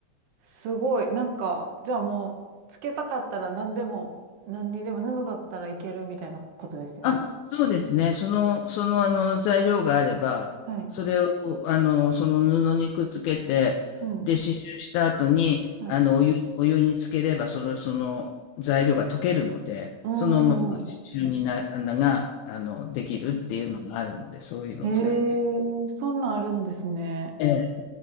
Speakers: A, on the right; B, on the left.
A: すごい。なんか、じゃあもう、つけたかったら何でも、何にでも布だったらいけるみたいなことですよね。
B: あ、そうですね。その、その、あの、材料があれば、
A: はい。
B: それを、あの、その布にくっつけて、
A: うん。
B: で、刺繍した後に、
A: はい。
B: あの、お湯、お湯につければ、その、その材料が溶けるので、
A: うんうんうん。
B: そのまま刺繍にな、あのが、あの、できるっていうのがあるので、そういうのを使って。
A: ええー、そんなんあるんですね。
B: ええ。